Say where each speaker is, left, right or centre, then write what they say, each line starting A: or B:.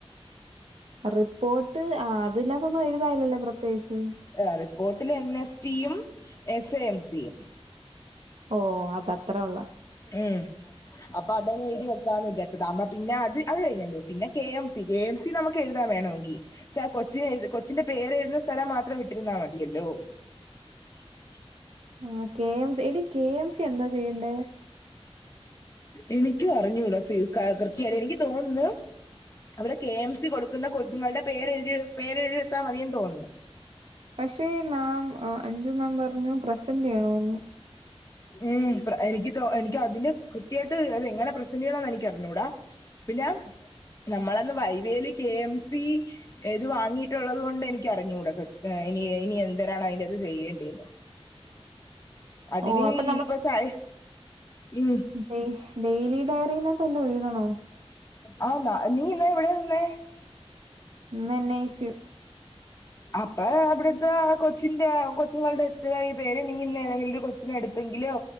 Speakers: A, on the right (about 65°); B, on the left (about 30°).
A: റിപ്പോർട്ട് ആഹ് അതിലൊന്നും എഴുതാന്നില്ലല്ലോ പ്രത്യേകിച്ച്
B: ആഹ് റിപ്പോർട്ടിൽ എൻ എസ് ടിയും എസ് എ എം സിയും
A: ഓ അത് അത്ര ഉള്ള
B: ഉം അപ്പൊ അതങ്ങങ് എഴതി വെക്കാന്ന് വിചാരിച്ചത് പിന്നെ അത് അത് കഴിയല്ലോ പിന്നെ K M C K M C നമുക്ക് എഴുതാ വേണമെങ്കിൽ എന്ന് വെച്ച കൊച്ച് കൊച്ച്ന്റെ പേര് എഴുന്ന സ്ഥലം മാത്രം വിട്ടിരുന്നാൽ മതിയല്ലോ <inaudible>
A: ആ കെ എംസ് എടി കെ എംസ് എന്താ ചെയ്യണ്ടേ?
B: എനിക്കും അറിഞ്ഞൂടാ സിൽക്കാ കൃത്യയ്ട് എനിക്ക് തോന്നുന്നു. അവ്ടെ കെ എം സി കൊടുക്കുന്ന കൊച്ചുങ്ങളുടെ പേരെഴ്തി പേരെഴ്തി വെച്ചാൽ മതിന്ന് തോന്നുന്നു.
A: പഷേ മാം അഞ്ചു മാം പറഞ്ഞു പ്രസന്റ് ചെയ്യണോന്ന്.
B: മ് <unintelligible> എനിക്ക് തോ എനിക്. റ്റ അതിന്റെ കൃത്യായിട്ട് അത് എങ്ങനെ പ്രസെന്റ് ചെയ്യണന്ന് എനിക്ക് അറിഞ്ഞൂടാ പിന്നെം. ന്നമ്മളന്ന് വൈവേല് കെ എം സി. എത് വാങ്ങിയിട്ടുള്ളത് കൊണ്ട് എനിക്ക് അറിഞ്ഞൂക് എനി എനി എന്ത്‌രാണ് അയിന്റെത് ചെയ്യേണ്ടി. അതിന്
A: ഓ അപ്പൊ
B: ഇപ്പൊ ചായ മ്
A: ഡേ ഡെയിലി ഡയറിന്നപ്പല്ലോ എഴുതണോ?
B: ആ ന്ന നീ ഇന്നലെ ഐവിടെ നിന്നെ.
A: ഇന്ന് എൻ ഐ സി യു
B: അപ്പൊ അവ്ടത്തകൊച്ചിന്റെ കൊച്ചുങ്ങളുടെ എത്ത് ഈ പേര് നീ ഇന്ന് തെങ്കിലും ഒരുകൊച് ച്ഛനെടുത്തെങ്കിലോ